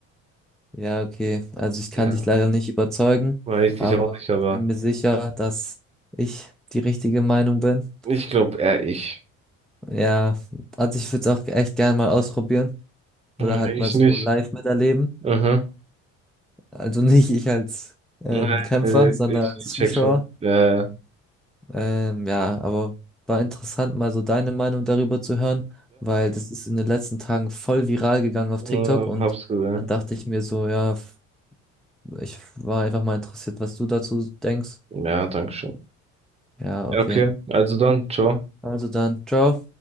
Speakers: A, in the centre; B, on the right.
A: Ja, okay. Also ich kann
B: Ja.
A: dich leider nicht überzeugen,
B: Weiß
A: aber
B: ich auch nicht, aber
A: ich bin mir sicher, dass ich die richtige Meinung bin.
B: ich glaube eher ich.
A: Ja, also ich würde es auch echt gerne mal ausprobieren oder
B: Hm,
A: halt
B: Ich
A: mal so
B: nicht.
A: live miterleben.
B: Mhm.
A: Also nicht ich als ähm,
B: Nee,
A: Kämpfer,
B: nee,
A: sondern
B: ich,
A: als
B: ich
A: Zuschauer.
B: check schon. Ja, ja.
A: Ähm, ja, aber war interessant, mal so deine Meinung darüber zu hören, weil das ist in den letzten Tagen voll viral gegangen auf
B: Ja,
A: TikTok
B: äh,
A: und
B: hab's gesehen.
A: dann dachte ich mir so, ja, f- ich war einfach mal interessiert, was du dazu denkst.
B: Ja, danke schön.
A: Ja, okay.
B: Okay, also dann, ciao.
A: Also dann, ciao.